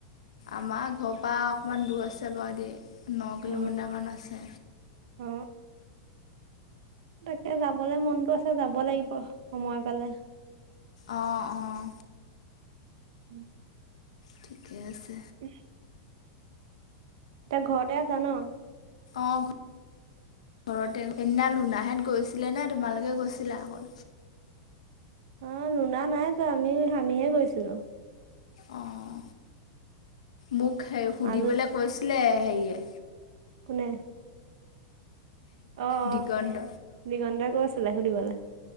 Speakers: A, on the left; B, on the right.
A: আমাৰ ঘৰৰ পৰা অকমান দূৰ আছে বাৰু দেই। ন কিলোমিটাৰমান
B: অ
A: আছে
B: অ অ তাকে যাবলে মনতটো আছে যাব লাগিব সময় পালে।
A: অঁ অঁ
B: উম
A: ঠিকে আছে
B: উ এতিয়া ঘৰতে আছা ন?
A: অ', ঘৰতে। সেইদিনা লোনাহত গৈছিলে নে তোমালোকে গৈছিলা, অ'।
B: অ', লোনা নাইজুৱা, আমি আমিহে গৈছিলোঁ।
A: অঁ মোক হে সুধিবলৈ
B: মাজুল
A: কৈছিলে হেৰিয়ে
B: কোনে? অ',
A: দিগন্ত
B: দিগন্তই কৈছিলে শুনিবলৈ।